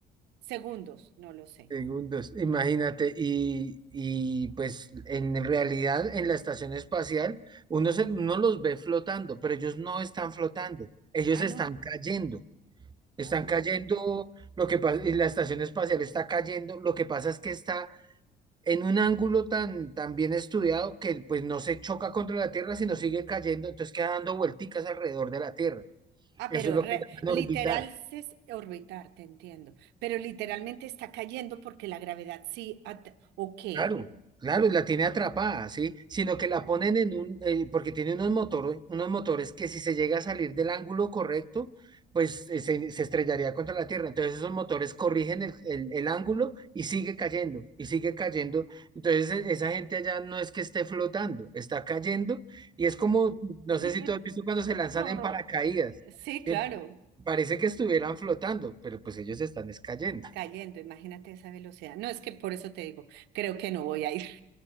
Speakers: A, on the right; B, on the right.
A: Segundos, no lo sé.
B: Segundos, imagínate, y, y pues en realidad en la estación espacial uno, se, uno los ve flotando, pero ellos no están flotando, ellos
A: Ah,
B: están
A: no.
B: cayendo, están
A: Oh.
B: cayendo, lo que pasa, y la estación espacial está cayendo, lo que pasa es que está en un ángulo tan, tan bien estudiado que pues no se choca contra la Tierra, sino sigue cayendo, entonces queda dando vuelticas alrededor de la Tierra,
A: Ah,
B: eso
A: pero
B: es lo
A: re-
B: que llaman
A: literal
B: orbitar.
A: es orbitar, te entiendo. Pero literalmente está cayendo porque la gravedad sí. at- ¿O qué?
B: Claro, claro, y la tiene atrapada, ¿sí? Sino que la
A: Oh.
B: ponen en un, eh, porque tiene unos motores, unos motores que si se llega a salir del ángulo correcto, pues eh, se, se estrellaría contra la tierra. Entonces esos motores corrigen el, el- el ángulo y sigue cayendo, y sigue cayendo. Entonces e- esa gente allá no es que esté flotando, está cayendo y es como, no sé
A: <laughs>
B: si tú has visto cuando se lanzan
A: Ah,
B: en paracaídas.
A: Sí, claro,
B: ¿sí? Parece que estuvieran flotando, pero pues ellos están es cayendo.
A: cayendo, imagínate esa velocidad. No, es que por eso te digo, creo que no voy a ir. <laughs>